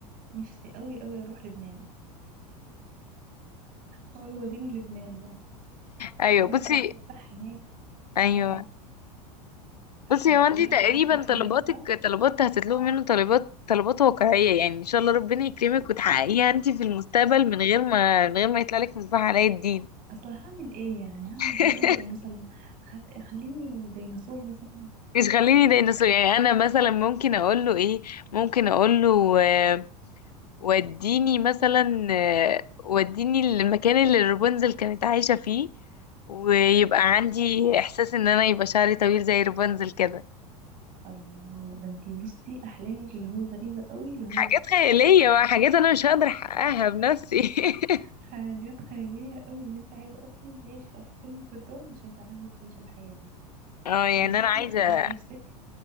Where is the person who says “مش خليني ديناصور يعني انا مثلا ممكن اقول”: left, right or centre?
Left